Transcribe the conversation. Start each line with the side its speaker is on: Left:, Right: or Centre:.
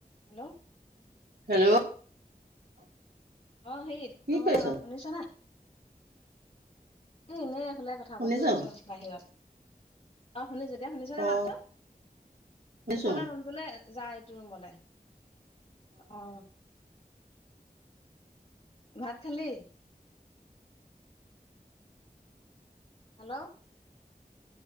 Left: হেল্ল'।
Right: হেল্ল'।
Left: অ', সেই <unintelligible>
Right: কি কৰিছ
Left: শুনিছ নে? <unintelligible> ওলাই কথা
Right: শুনিছো
Left: পাতি আছো বাহিৰত। শুনিছো, এতিয়া শুনিছনে
Right: অ
Left: মাততো?
Right: শুনিছো
Left: সিফালে ৰুমটোলে যা ইটো ৰুমলে। অ'। ভাত খালি? হেল্ল'।